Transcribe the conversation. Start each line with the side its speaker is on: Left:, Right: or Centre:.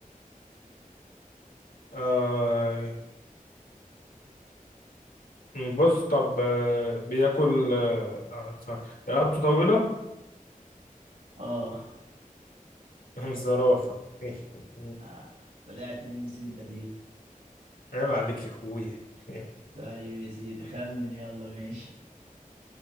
Left: آه مم، بص طب آه، بياكل آه، آه، ثواني. رقبته طويلة
Right: اه
Left: <laughs> زرافة <laughs>
Right: آه، طلعت نمس انت فيه
Left: عيب عليك يا اخويا <laughs>
Right: طيب يا سيدي خمن يلا ماشي